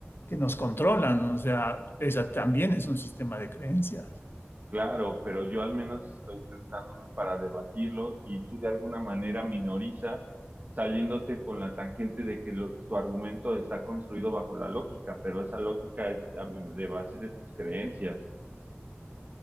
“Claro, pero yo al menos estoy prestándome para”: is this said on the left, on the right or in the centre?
Right